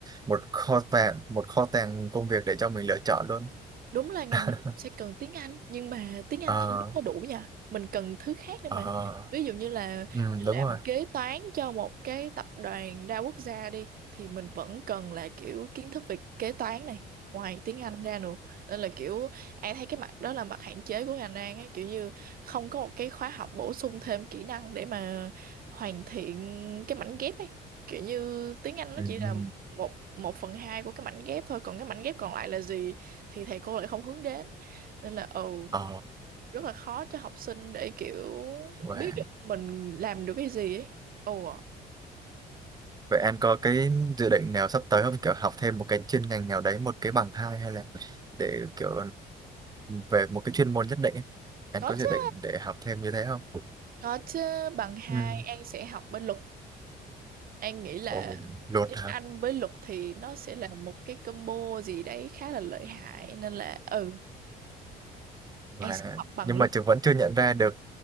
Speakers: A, on the right; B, on the right.
A: một kho tàng, một kho tàng công việc để cho mình lựa chọn luôn.
B: đúng là ngành
A: <laughs>
B: này sẽ cần tiếng Anh nhưng mà tiếng Anh
A: Ờ,
B: thôi đâu có đủ nha mình cần thứ khác nữa mà
A: ờ,
B: ví dụ như là
A: ừ,
B: mình
A: đúng
B: làm
A: rồi.
B: kế toán cho một cái tập đoàn đa quốc gia đi thì mình vẫn cần là kiểu kiến thức về kế toán này ngoài tiếng Anh ra nữa nên là kiểu An thấy cái mặt đó là mặt hạn chế của ngành An ấy kiểu như không có một cái khóa học bổ sung thêm kỹ năng để mà hoàn thiện cái mảnh ghép ấy kiểu như tiếng Anh nó
A: Ừ,
B: chỉ là
A: ừ.
B: một một phần hai của cái mảnh ghép thôi còn cái mảnh ghép còn lại là gì thì thầy cô lại không hướng đến nên là ừ
A: Ờ,
B: rất là khó cho học sinh để kiểu
A: vậy,
B: biết được mình làm được cái gì ấy ồ
A: vậy anh có cái dự định nào sắp tới không? Kiểu học thêm một cái chuyên ngành nào đấy, một cái bằng hai hay là để kiểu về một cái chuyên môn nhất định ấy. Anh
B: có
A: có
B: chứ
A: dự định để học thêm như thế không?
B: có chứ bằng hai
A: Ừ.
B: An sẽ học bên luật An nghĩ là
A: Ồ, luật
B: tiếng
A: hả?
B: Anh với luật thì nó sẽ là một cái combo gì đấy khá là lợi hại nên là ừ
A: Và
B: An sẽ học bằng
A: nhưng
B: luật
A: mà trường vẫn chưa nhận ra được